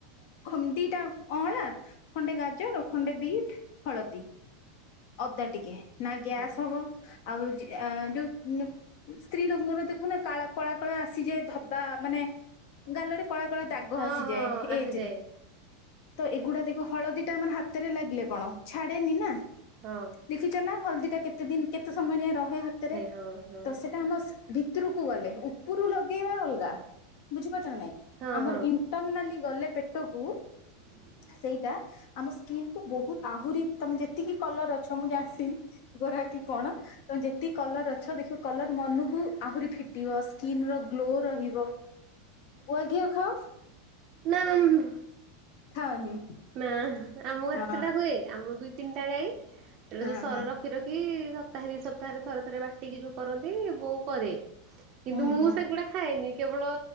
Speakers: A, on the left (about 55°); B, on the right (about 40°).
A: ଖଣ୍ଡି ଦି ତା ଅଁଳା ଖଣ୍ଡେ ଗାଜର ଓ ଖଣ୍ଡେ ବିଟ୍ ହଳଦୀ। ଅଦା ଟିକେ ନା ଗ୍ୟାସ୍
B: ହଁ
A: ହବ ଆଉ ଯୋଉ ସ୍ତ୍ରୀ ଲୋକର ଦେଖୁନ କା କଳା କଳା ଆସିଯାଏ ଧବା ମାନେ ଗାଲରେ କଳା କଳା ଦାଗ
B: ହଁ
A: ଆସିଯାଏ
B: ହଁ ଆସିଯାଏ
A: ଏଜ୍ ରେ ତ ଏଗୁଡା ଦେଖିବ ହଳଦୀ ଟା ଆମର ହାତରେ ଲାଗିଲେ କଣ ଛାଡେନି ନା
B: ହଁ।
A: ଦେଖିଛ ନା ହଳଦୀ ଟା କେତେ ଦିନ୍ କେତେ ସମୟ ଯାଏଁ ରହେ ହାତରେ ତ
B: ହଁ ହଁ
A: ସେଇଟା ଆମ ଭି ଭିତୁରୁକୁ ଗଲେ ଉପୁରୁ ଲଗେଇବା ଅଲଗା ବୁଝିପାରୁଛ ନାଇଁ
B: ହଁ
A: ଆମର
B: ହଁ
A: ଇଣ୍ଟରନାଲି ଗଲେ ପେଟକୁ
B: <inaudible>
A: ସେଇଟା ଆମ ସ୍କିନ୍ କୁ ବହୁତ୍ ଆହୁରି ତମେ ଯେତିକି କଲର୍ ଅଛ ମୁଁ ଜାଣିଛି ଗୋରା କିି କଣ? ତମେ ଯେତିକି କଲର୍ ଅଛ ଦେଖିବ କଲର୍ ମନୁକୁ ଆହୁରି ଫିଟିବ ସ୍କିନ୍ ର ଗ୍ଲୋ ରହିବ। ଗୁଆଘିଅ ଖାଅ?
B: ନାଆ ମୁଁ
A: ଖାଅନି
B: ନା ଆମ ଘରେ
A: ହଁ
B: ସେଟା ହୁଏ ଆମର ବି ତିନିଟା ଗାଈ ସେଟା
A: ହଁ
B: ଯୋଉ ସରର
A: ହଁ
B: ରଖି ରଖି ସପ୍ତାହେ ଦି ସପ୍ତାହେରେ ଥରେ ଥରେ ବାଟିକି ଯୋଉ କରନ୍ତି ବୋଉ କରେ କିନ୍ତୁ
A: ହୁଁ
B: ମୁଁ
A: ହୁଁ
B: ସେଗୁଡା ଖାଏନି କେବଳ